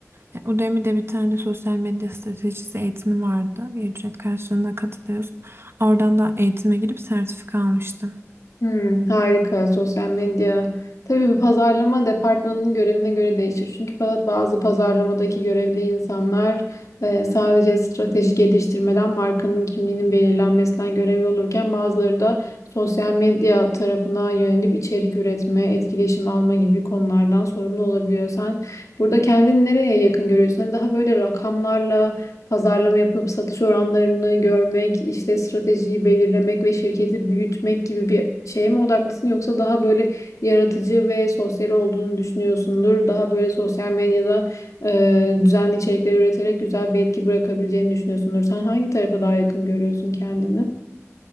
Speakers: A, on the right (about 50°); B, on the left (about 80°).
A: E, Udemy'de bir tane sosyal medya stratejisi eğitimi vardı. Bir ücret karşılığında katılıyorsun. Oradan da eğitime girip sertifika almıştım.
B: Hmm, harika. Sosyal medya. Tabii bu pazarlama departmanının görevine göre değişir. Çünkü pa- bazı pazarlamadaki görevli insanlar e, sadece strateji geliştirmeden markanın kimliğinin belirlenmesinden görevli olurken bazıları da sosyal medya tarafına yönelip içerik üretme, etkileşim alma gibi konulardan sorumlu olabiliyor. Sen burada kendini nereye yakın görüyorsun? Hani daha böyle rakamlarla pazarlama yapıp satış oranlarını görmek, işte stratejiyi belirlemek ve şirketi büyütmek gibi bir şeye mi odaklısın yoksa daha böyle yaratıcı ve sosyal olduğunu düşünüyorsundur. Daha böyle sosyal medyada e, düzenli içerikler üreterek güzel bir etki bırakabileceğini düşünüyorsundur. Sen hangi tarafa daha yakın görüyorsun kendini?